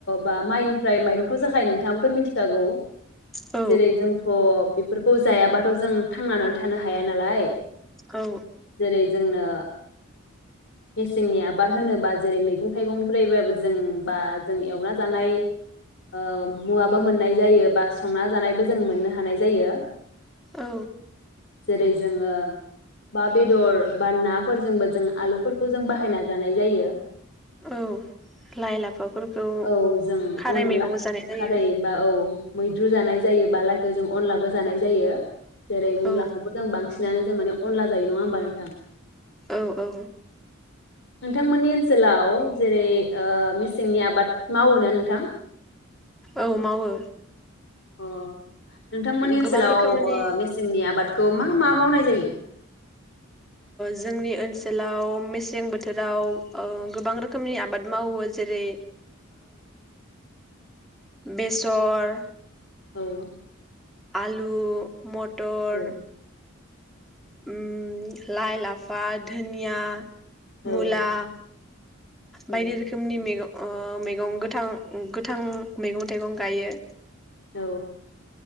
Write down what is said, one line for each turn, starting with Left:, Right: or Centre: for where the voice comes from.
Left: बा माइनिफ्राय माइरंथ' जाखायो नोंथाङाबोथ' मिथिखागौ।
Centre: औ
Left: जेरै जोंथ'। बेफोरखौ जायाबाथ' जों थांनानै थानो हाया नालाय।
Centre: औ।
Left: जेरै जोंनो मेसेंनि आबाद होनोबा जेरै मैगं थाइगंनिफ्रायबो। जों बा जों एवनानै जानाय ओं। मुवाबो मोननाय जायो बा संना जानायबो जों मोननो हायो। जायो
Centre: औ
Left: जेरै जोङो बा बेदर बा नाफोरजोंबो जों आलुफोरखौ जों बाहायना जानाय जायो।
Centre: औ लाइ लाफाफोरखौ
Left: औ जों
Centre: खारै
Left: अनला
Centre: मैगं जानाय जायो
Left: खारैबा औ मैद्रु जानाय जायो बा लायखौ जों अनलाबो जानाय जायो। जेरै मुलाखौबो
Centre: औ
Left: जों बांसिन बांसिनानो जों माने अनला जायो नङा होमबा नोंथां।
Centre: औ औ।
Left: बिथांमोननि ओनसोलाव जेरै मेसेंनि आबाद मावोना नोंथां?
Centre: औ मावो।
Left: अ नोंथांमोननि ओनसोलाव
Centre: गोबां रोखोमनि
Left: मेसेंनि आबादखौ मा मा मावनाय जायो?
Centre: जोंनि ओनसोलाव मेसें बोथोराव गोबां रोखोमनि आबाद मावो जेरै बेसर।
Left: औ
Centre: आलु मटर
Left: औ
Centre: उम लाइ लाफा धोनिया
Left: औ
Centre: मुला
Left: औ
Centre: बायदि रोखोमनि मेगं ओ मैगं गोथां गोथां मैगं थाइगं गायो
Left: औ